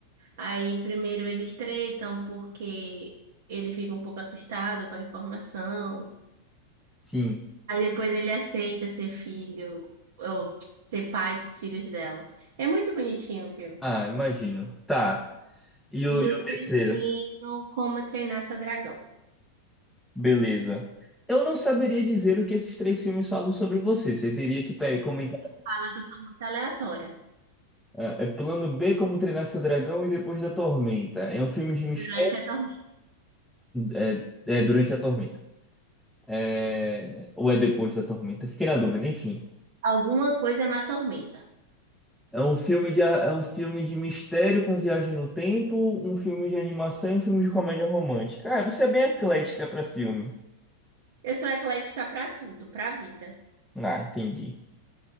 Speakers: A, on the right (about 70°); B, in the centre.
A: Aí, primeiro eles tretam porque ele fica um pouco assustado com a informação.
B: Sim.
A: Aí depois ele aceita ser filho, ou ser pai dos filhos dela. É muito bonitinho o filme.
B: Ah, imagino. Tá. E o,
A: E
B: e
A: o
B: o terceiro?
A: terceiro, Como Treinar Seu Dragão.
B: Beleza. Eu não saberia dizer o que esses três filmes falam sobre você. Você teria que pe- comentar
A: Fala que eu sou muito aleatória
B: É é Plano B, Como Treinar Seu Dragão e Depois da Tormenta. É um filme de mistério
A: durante a tormenta.
B: é, é durante a tormenta. É, ou é depois da tormenta? Fiquei na dúvida, enfim.
A: Alguma coisa na tormenta.
B: É um filme de, a- é um filme de mistério com viagem no tempo, um filme de animação e um filme de comédia romântica. Ah, você é bem eclética pra filme.
A: Eu sou eclética pra tudo, pra vida.
B: Ah, entendi.